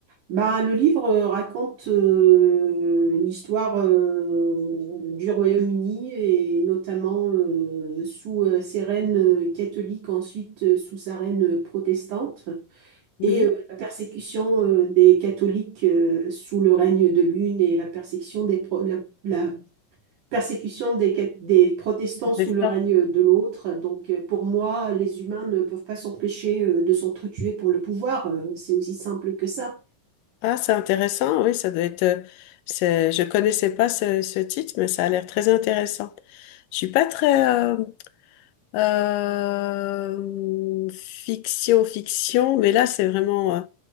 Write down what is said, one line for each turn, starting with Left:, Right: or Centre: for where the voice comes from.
Right: Bah, le livre euh, raconte euh, l'histoire euh, du Royaume-Uni et notamment euh, sous euh, ses reines euh, catholiques, ensuite euh, sous sa reine euh, protestante, et
Left: Oui,
Right: euh, la persécution euh, des catholiques euh, sous le règne de l'une et la persécution des, pro- la, la persécution des, cat- des protestants sous
Left: c'est
Right: le
Left: ça.
Right: règne de l'autre. Donc euh, pour moi, les humains ne peuvent pas s'empêcher euh, de s'entretuer pour le pouvoir. Euh, C'est aussi simple que ça.
Left: Ah, c'est intéressant, oui, ça doit être. euh, c'est- je connaissais pas ce, ce titre, mais ça a l'air très intéressant. Je suis pas très euh, euh, fiction, fiction, mais là c'est vraiment euh,